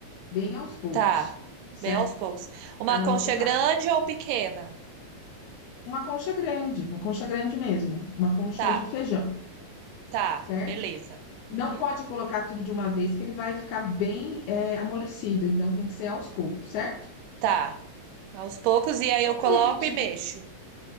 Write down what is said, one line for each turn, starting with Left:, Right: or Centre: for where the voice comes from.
Left: bem aos poucos,
Right: Tá. Bem
Left: certo?
Right: aos poucos. Uma
Left: Para não
Right: concha
Left: grudar.
Right: grande ou pequena?
Left: Uma concha grande, uma concha grande mesmo, uma concha
Right: Tá.
Left: de feijão,
Right: Tá,
Left: certo?
Right: beleza. Uhum.
Left: Não Hum. pode colocar tudo de uma vez, que ele vai ficar bem, eh, amolecido, então tem que ser aos poucos, certo?
Right: Tá. Aos poucos, e aí
Left: Quando
Right: eu coloco
Left: ele ti-
Right: e mexo.